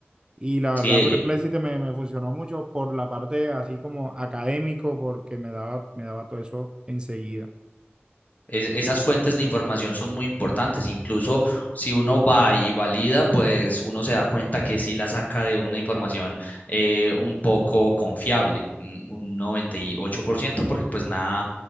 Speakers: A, on the right (about 20°); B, on the left (about 40°).
A: Y la
B: Sí,
A: verdad, Perplexity me, me funcionó mucho por la parte así como académico, porque me daba, me daba todo eso enseguida.
B: Es- esas fuentes de información son muy importantes. Incluso si uno va y valida, pues uno se da cuenta que sí la saca de una información eh, un poco confiable, un un noventa y ocho por ciento porque pues nada,